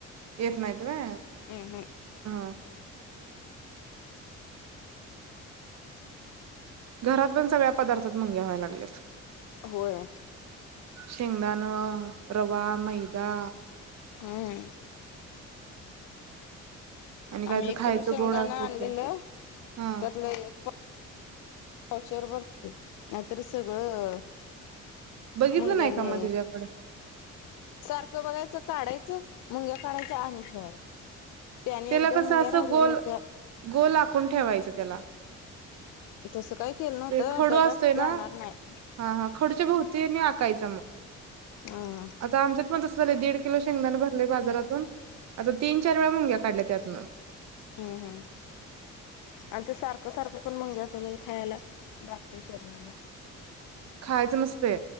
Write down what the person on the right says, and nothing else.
येेत नाईट रे
हा घरात पण सगळ्या पदार्थात मुंगे व्हाय्या लागल्यात
शेंगदाण रवा मैदा
आणि काहीतरी
खायचं
गोड असलं
की
हा
बघितलं
नाही का मग तुझ्याकडं
त्याला
कस
असं
गोल
गोल आखून ठेवायचं त्याला
ते खडू
असतेय ना
हा हा खडूच्या भोवती आकायची
आता आमच्यात पण तसं झालंय दीड किलो शेंगदाण भरले बाजारातून आता तीन चार वेळा मुंग्या काढल्या त्यातन.
खायच नसते.